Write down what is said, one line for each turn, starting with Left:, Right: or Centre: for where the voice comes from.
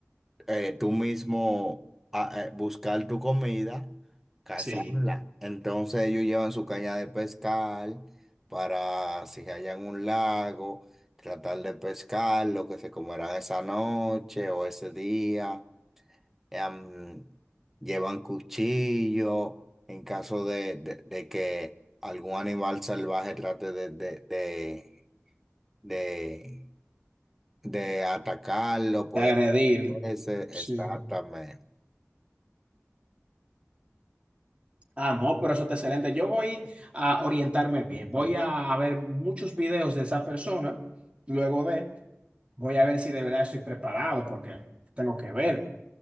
Centre: eh, tú mismo a- eh, buscar tu comida, cazarla.
Right: Sí,
Centre: Entonces ellos llevan su caña de pescar para si hallan un lago, tratar de pescar lo que se comerán esa noche o ese día em, llevan cuchillo en caso de, de- de que algún animal salvaje trate de, de, de, de- de atacarlo, poder
Right: de agredir.
Centre: ese
Right: sí.
Centre: exactamente.
Right: Ah, no, pero eso está excelente. Yo voy a orientarme bien. Voy a ver muchos videos de esa persona. Luego de, voy a ver si de verdad estoy preparado porque tengo que ver.